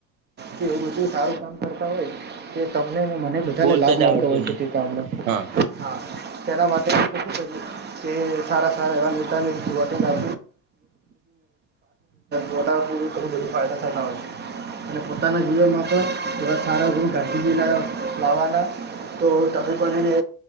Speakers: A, on the right; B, on the right.
A: તો એવું બધું સારું કામ કરતા હોય તે કામને મને બધાને
B: બોલતો
A: લાભ
B: જ
A: મળતો
B: આવડતું
A: હોય
B: નહી
A: છે તે કામમાં
B: હા
A: હા તેના માતની થી તે સારા સારા નેતાની વાટંગ કા છોટા પૂર કરું બધી ફાયદા થ આવે છે અને પોતાના જીવનમાં પણ એ સારા હું ગતી લાવવાના તો તકરીબન એને